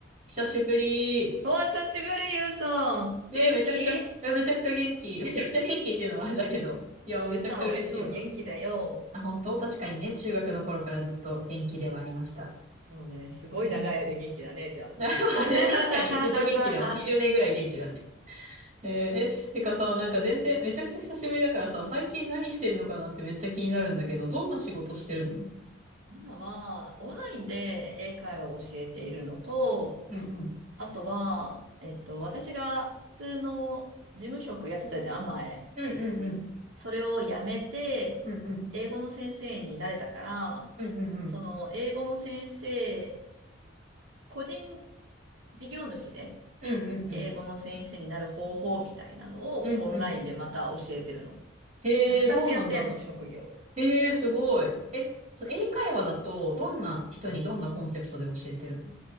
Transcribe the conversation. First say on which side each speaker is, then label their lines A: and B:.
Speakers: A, on the right (about 35°); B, on the right (about 80°).
A: 久しぶり。
B: お、久しぶり、ゆうさん。
A: ね、
B: 元気
A: めちゃくちゃ、えめちゃくちゃ元気。<laughs> めちゃくちゃ元気っていうのもあれだけど。いや、めちゃくちゃ嬉しいわ。
B: ゆうさんはいつも元気だよ。
A: あ、本当確かにね、中学の頃からずっと元気ではありました。
B: そうね、すごい長い間元気だね、
A: うん。
B: じゃあ。
A: <laughs> あそうだね、確かに。ずっと元気だわ。20年ぐらい元気だね。えーえ、てかさ、なんか全然、めちゃくちゃ久しぶりだからさ、最近何してるのかなってめっちゃ気になるんだけど、どんな仕事してるのうん
B: <laughs> 今は、オンラインで英会話を教えているのと、
A: うん。
B: あとは、えっと、私が普通の事務職やってたじゃん、前。
A: うんうんうん。
B: それを辞めて、
A: うんうん。
B: 英語の先生になれたから、
A: うんうんうん。
B: その、英語の先生、個人事業主で、
A: うんうんうん。
B: 英語の先生になる方法みたいなのをオンラインでまた教えてるの。
A: うんうん。へえ、
B: で二つやってんの、
A: そうなんだ。
B: 職業。
A: ええすごい。え、そ英会話だと、どんな人にどんなコンセプトで教えてるの